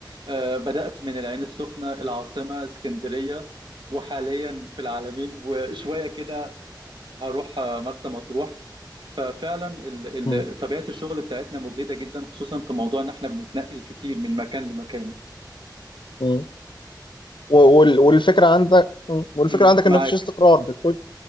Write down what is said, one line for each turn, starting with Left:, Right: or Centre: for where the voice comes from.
Right: آه، بدأت من العين السخنة العاصمة اسكندرية وحاليا في العالمين وشوية كده هروح آه، مرسى مطروح ففعلا ال-
Left: م-
Right: ال- طبيعة الشغل بتاعتنا مجهدة جدا خصوصا في موضوع ان احنا بنتنقل كتير من مكان لمكان
Left: م. و- وال- والفكره عندك م. والفكره
Right: ومعاك
Left: عندك ان مفيش استقرار بكل